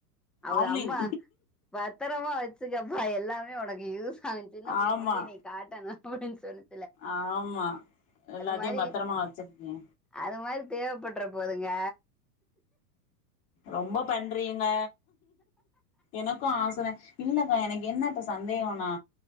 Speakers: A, in the centre; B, on the left.
A: அவங்க
B: ஆம்லின்
A: அம்மா பத்திரமா வச்சுக்கப்பா எல்லாமே உனக்கு யூஸ் ஆச் சின்ன பிள்ள
B: ஆமா
A: மாரி நீ காட்டணு அப்டின்னு சொல்
B: ஆமா எல்லாத்தையு
A: மாரி
B: பத்திரமா வச்சிருக்கே
A: அது மாதிரி தேவைப்பட்ற போதுங்க
B: ரொம்ப பண்றீங்க எனக்கு ஆசதே இல்லங்க எனக்கு என்ன இப்ப சந்தேகன்னா